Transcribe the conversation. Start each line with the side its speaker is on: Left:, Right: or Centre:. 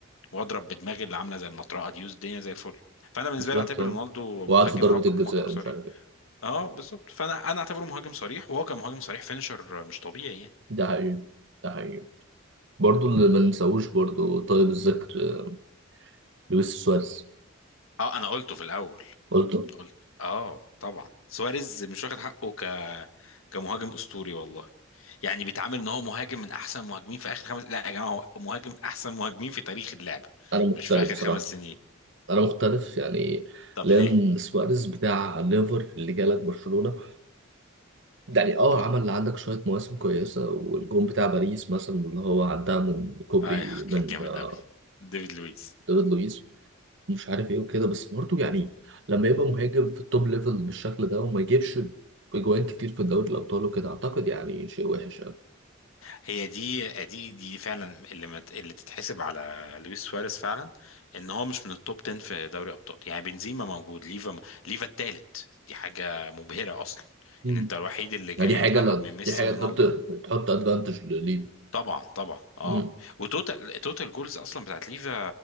Left: واضرب بدماغي اللي عامله زي المطرقه دي والدنيا زي الفل فانا بالنسبه
Right: بالظبط
Left: لي اعتبر
Right: اه
Left: رونالدو
Right: وقعد
Left: مهاجم
Right: في ضربة
Left: رق...
Right: الجزاء
Left: مهاجم صريح
Right: ومش عارف ايه
Left: اه بالظبط فانا انا اعتبره مهاجم صريح وهو كان مهاجم صريح فينشر مش طبيعي يعني
Right: ده حقيقي ده حقيقي برضه اللي ما ننساهوش برضه طيب الذكر لويس سواريز
Left: اه انا قلته في الاول
Right: قلته
Left: قلت اه طبعا سواريز مش واخد حقه ك كمهاجم اسطوري والله يعني بيتعامل ان هو مهاجم من احسن مهاجمين في اخر خمس لا يا جماعه هو مهاجم من احسن مهاجمين في تاريخ اللعبه
Right: انا مختلف
Left: مش في اخر
Right: بصراحة
Left: خمس سنين
Right: انا مختلف يعني
Left: طب
Right: لان
Left: ليه
Right: سواريز بتاع ليفر اللي جالك برشلونة يعني اه
Left: اه
Right: عمل عندك شوية مواسم كويسة والجون بتاع باريس مثلا اللي هو عدها من كوبري
Left: ايوه
Right: من
Left: كان جامد
Right: آه،
Left: قوي ديفيد لويس
Right: دافيد لويس مش عارف ايه وكده بس برضه يعني لما يبقى مهاجم في التوب ليفل بالشكل ده وما يجيبش اجوان كتير في دوري الابطال وكده اعتقد يعني شيء وحش يعني
Left: هي دي دي دي فعلا اللي مت... اللي تتحسب على لويس سواريز فعلا ان هو مش من التوب 10 في دوري ابطال يعني بنزيما موجود ليفا م... ليفا التالت دي حاجه مبهره اصلا
Right: مم.
Left: ان انت الوحيد اللي جاي
Right: يعني دي حاجه
Left: تقرب
Right: لو
Left: من ميسي
Right: دي حاجه
Left: ورونالدو
Right: تحط تحط ادفانتج لليفا
Left: طبعا طبعا اه
Right: مم.
Left: وتوتال توتال جولز اصلا بتاعت ليفا